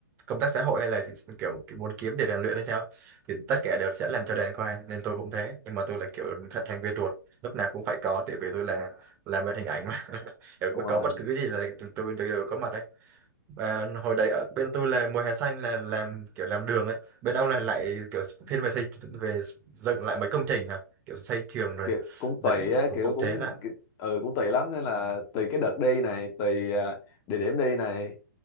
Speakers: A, on the right (about 15°); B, on the left (about 20°).
A: công tác xã hội hay là gì- kiểu, kiểu muốn kiếm để rèn luyện hay sao thì tất cả đều sẽ làm cho đàn khoa nên tôi cũng thế nhưng mà tôi là kiểu thành thành viên ruột lúc nào cũng phải có tại vì tôi là làm bên hình ảnh mà <laughs> Ở-
B: đúng rồi
A: có bất cứ gì là tụi tôi đều, đều có mặt đấy và hồi đấy ở bên tôi là mùa hè xanh là làm kiểu làm đường ấy bên ông là lại kiểu thiên về xây về dựng lại mấy công trình hả kiểu xây trường rồi
B: kiểu cũng
A: dựng
B: tùy á
A: phục
B: kiểu
A: vụ
B: cũng
A: chế lại
B: ki- ừ cũng tùy lắm nên là tùy cái đợt đi này tùy à, địa điểm đi này